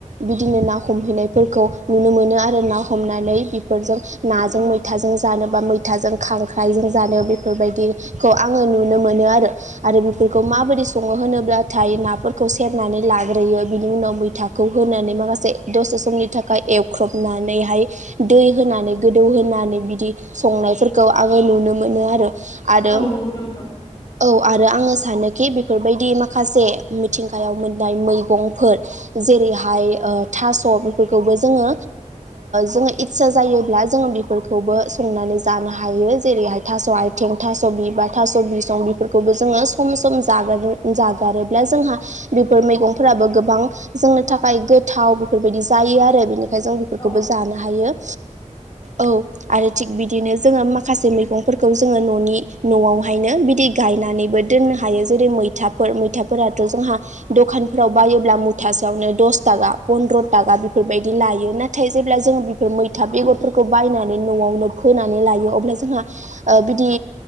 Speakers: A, on the right (about 70°); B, on the left (about 30°).
A: बिदिनो ना हम हमहैनायफोरखौ नुनो मोनो आर ना हमनानै बेफोरजों नाजों मैथाजों जानो बा मैथाजों खांख्राइजों जानो बेफोरबायदि खौ आङो नुनो मोनो आरो आरो बेफोरखौ माबोरै सङो होनो अब्लाथाय नाफोरखौ सेरनानै लाग्रोयो बिनि उनाव मैथा खौ होनानै माखासे दसे समनि थाखाय एवख्रबनानैहाय दै होनानै गोदौहोनानै बिदि संनायफोरखौ आङो नुनो मोनो आरो। आरो
B: औ नंगौ नोंथां
A: औ आरो आङो सानोखि बेफोरबायदि माखासे मिथिंगायाव मोननाय मैगंफोर जेरैहाय थास' बेफोरखौबो जोङो जोङो इस्सा जायोब्ला जोङो बेफोरखौबो संनानै जानो हायो जेरैहाय थास' आइ थें थास'बिबार थासबिसं बिफोरखौबो जोङो सम सम जागार जागारोब्ला जोंहा बेफोर मैगंफोराबो गोबां जोंनो थाखाय गोथाव बेफोरबायदि जायो आरो बिनि फ्राय जों बेफोरखौबो
B: औ
A: जानो हायो औ आरो थिग बिदिनो जोङो माखासे मैगंफोरखौ जोङो न'नि न'आवहायनो बिदि गायनानैबो दोननो हायो जेरै मैथाफोर मैथाफोराथ' जोंहा दखानफोराव बायोब्ला मुथासेयावनो दस थाखा पन्द्र' थाखा बेफोरबायदि लाय यो नाथाय जेब्ला जोङो बेफोर मैथा बेगरफोरखौ बायनानै न'आवनो फोनानै लायो अब्ला जोंहा ओ बिदि